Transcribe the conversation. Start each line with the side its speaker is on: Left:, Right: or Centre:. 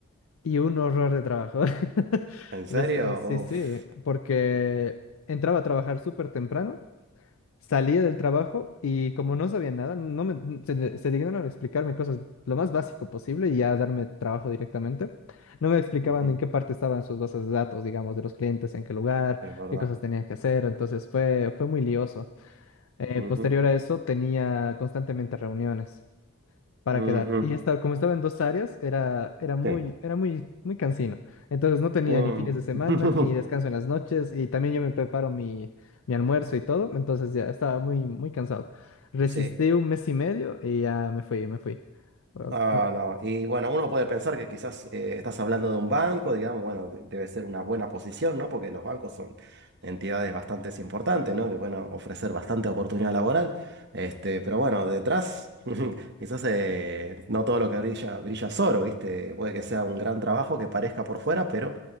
Left: Y un horror de trabajo. <laughs>
Right: ¿En serio?
Left: Res- eh, Sí, sí,
Right: Uf,
Left: porque entraba a trabajar súper temprano, salía del trabajo y como no sabía nada, no me, n- se, de- se dignaron a explicarme cosas lo más básico posible y ya darme trabajo directamente. No me explicaban
Right: ujú,
Left: en qué parte estaban sus bases de datos, digamos, de los clientes, en qué lugar,
Right: Es verdad.
Left: qué cosas tenía que hacer. Entonces fue, fue muy lioso. Eh,
Right: Ujú,
Left: posterior a eso tenía constantemente reuniones para
Right: ujú,
Left: quedar. Y esta, como estaba en dos áreas, era, era muy,
Right: Sí.
Left: era muy, muy cansino. Entonces no tenía
Right: Um,
Left: ni fines de semana,
Right: <laughs>
Left: ni descanso en las noches, y también yo me preparo mi, mi almuerzo y todo, entonces ya estaba muy, muy cansado. Resistí
Right: Sí.
Left: un mes y medio y ya me fui, me fui. Ah,
Right: Ah,
Left: ah,
Right: no. Y bueno, uno puede pensar que quizás eh, estás hablando de un banco, digamos, bueno, de- debe ser una buena posición, ¿no? Porque los bancos son entidades bastante importantes, ¿no? Que bueno, ofrecer bastante oportunidad laboral. Este, pero bueno, detrás, <laughs> quizás eh, no todo lo que brilla, brilla es oro, ¿viste? Puede que sea un gran trabajo que parezca por fuera, pero